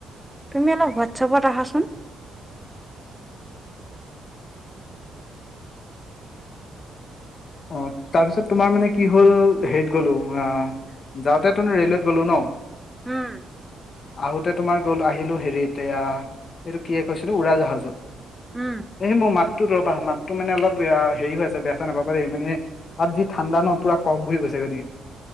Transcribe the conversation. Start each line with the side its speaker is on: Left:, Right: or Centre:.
Centre: তুমি অলপ হোৱাটছপত আহা চোন
Left: অ তাৰপিছত তোমাৰ মানে কি হ'ল হেৰিত গ'লো অ যাওঁতে তুম ৰেলৱেত গলো ন
Centre: উম
Left: আহোতে তোমাৰ গলো আহিলো হেৰি এয়া এইটো কি কৈছিলো উৰাজাহাজত
Centre: উম
Left: এই মোৰ মাতটো ৰবা মাতটো মানে অলপ হেৰি হৈ আছে বেয়া চেয়া না মানে তাত যি ঠাণ্ডা ন পুৰা কম ঘূৰি গৈছে গতিকে